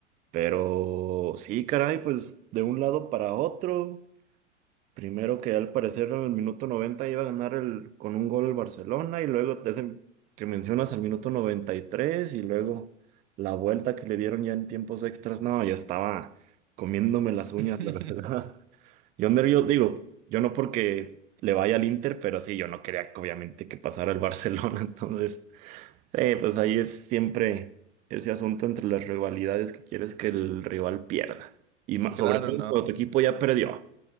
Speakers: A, on the right; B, on the right.
A: Pero sí, caray, pues, de un lado para otro. Primero que al parecer en el minuto 90 iba a ganar el, con un gol el Barcelona y luego ese que mencionas al minuto 93 y tres y luego la vuelta que le dieron ya en tiempos extras. No, yo estaba comiéndome las uñas,
B: <laughs>
A: la verdad. <laughs> Yo nervioso, digo, yo no porque le vaya al Inter, pero sí, yo no quería que obviamente que pasara el Barcelona. <laughs> Entonces, eh, pues ahí es siempre ese asunto entre las rivalidades que quieres que el rival pierda. Y más,
B: Claro,
A: sobre todo
B: no.
A: cuando tu equipo ya perdió.